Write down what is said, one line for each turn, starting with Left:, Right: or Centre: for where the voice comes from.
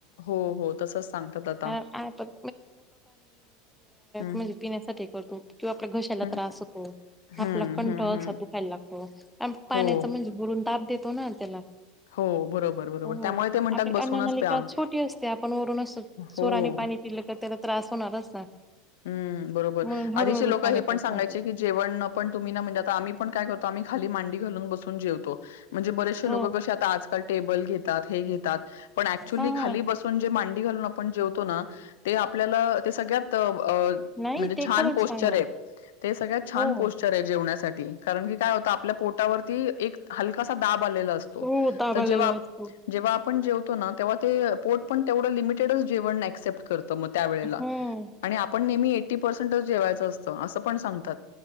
Left: हो हो तसंच सांगतात आता.
Centre: आ- आ- पण
Left: हं,
Centre: म्हजे पिण्यासाठ ते करतो. किंवा आपल्या घशाला
Left: हं,
Centre: त्रास होतो,
Left: हं,
Centre: आपला कंठ
Left: हं,
Centre: असा
Left: हं.
Centre: दुखायला लागतो, पाण्याचा
Left: हो.
Centre: म्हणजे बुरून दाब देतो कोणाला त्याला.
Left: हो बरोबर बरोबर
Centre: हो, हो,
Left: त्यामुळे ते म्हणतात
Centre: आपली
Left: बसूनच
Centre: अन्ननलिका
Left: प्या
Centre: छोटी असते, आपण वरूनच
Left: हो
Centre: जोराने पाणी पिलं तर ते त्रास होणारच ना.
Left: हम् बरोबर
Centre: म्हणून हळूहळू
Left: आधीचे लोक
Centre: पाणी
Left: हे
Centre: प्यायच
Left: पण सांगायचे
Centre: म्हणतात.
Left: की जेवण पण तुम्ही ना म्हणजे आता आम्ही पण काय करतो आम्ही खाली मांडी घालून बसून जेवतो. म्हणजे बरेचसे
Centre: हो
Left: लोक कसे आता, आजकाल टेबल घेतात, हे घेतात, पण ऍक्चुली
Centre: हा
Left: खाली
Centre: हा
Left: बसून जे मांन मांडी घालून आपण जेवतो ना, ते आपल्या ते सगळ्यात. त. म्हणजे
Centre: नाही ते
Left: छान
Centre: खरंच
Left: पोस्चर
Centre: चांगलं
Left: आहे, ते सगळ्यात छान
Centre: हो.
Left: पोस्चर आहे जेवण्यासाठी. कारण की काय होत आपल्या पोटावरती एक. हलकासा दाब आलेला असतो,
Centre: हो दाबालेला
Left: तर जेव्हा-जेव्हा
Centre: असतो.
Left: आपण जेवतो. तो ना, तेव्हा ते पोट पण तेवढं लिमिटेडच जेवण ऍक्सेप्ट करत. तर मग त्या वेळेला.
Centre: हम्म
Left: आणि आपण नेहमी एटी-पर्सेंटच जेवायचं असतं असं पण सांगतात.